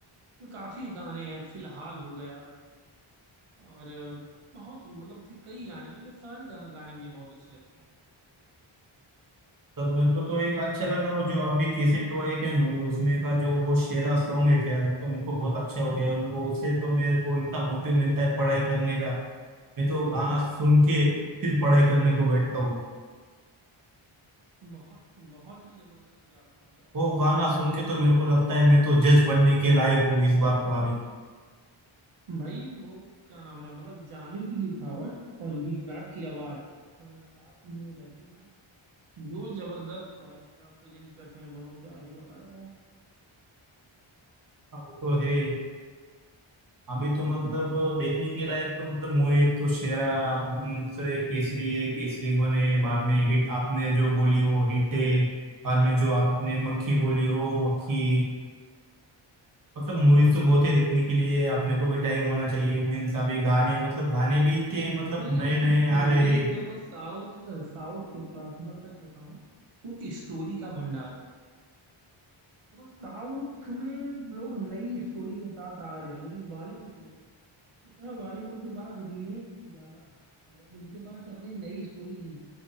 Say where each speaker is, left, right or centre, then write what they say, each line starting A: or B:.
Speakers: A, on the right; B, on the right.
A: तो काफी गाने हैं फिलहाल हो गया और बहुत मतलब उसके कई गाने मुझे सारे गा- गाने मुझे बहुत अच्छे लगते
B: मतलब मेरे को तो एक अच्छा लगा वो जो अभी केसरी टू आई के मूवी उसमें का जो वो शेरा सॉन्ग है क्या वो तो मेरे को बहुत अच्छा हो गया मेरे को उससे तो मेरे को इतना मोटिव मिलता है पढ़ाई करने का मैं तो गाना सुन के फिर पढ़ाई करने को बैठता हूँ
A: हैं बहुत बहुत ही जबरदस्त गाता है भाई अगले
B: वो गाना
A: के
B: सुन के
A: अगले
B: तो
A: के
B: मेरे को
A: पास
B: लगता है
A: आवाज
B: मैं तो
A: बहुत
B: जज
A: अच्छी
B: बनने के
A: है
B: लायक हूँ इस बात तो अभी
A: भाई वो क्या नाम है मतलब जानी की लिखावट और बी प्राक की आवाज अगर साथ में वो रहती है ना जो जबरदस्त भाई साहब प्रेजेंट करते हैं दोनों क्या ही बताया यार
B: हाँ, वो तो है अभी तो मतलब देखने के लायक तो मतलब मूवी एक तो शेरा अपन से केसरी है केसरी बने बाद में हिट आपने जो बोली हो हिट है बाद में जो आपने मक्खी बोली हो मक्खी मतलब मूवीज तो बहुत है देखने के लिए अपने को भी टाइम होना चाहिए मीन्स अभी गाने मतलब गाने भी इतने मतलब
A: नहीं देखो
B: नए नए आ
A: मूवी
B: रहे हैं वो
A: देखो साउथ साउथ के पास ना सच बताऊं तो स्टोरी का भंडार है देखो साउथ में लोग नई स्टोरी के साथ आ रहे हैं लेकिन बॉलीवुड जो है ना इस समय बॉलीवुड के पास रीमेक ज्यादा है मतलब कि उनके पास अपनी नई स्टोरी नहीं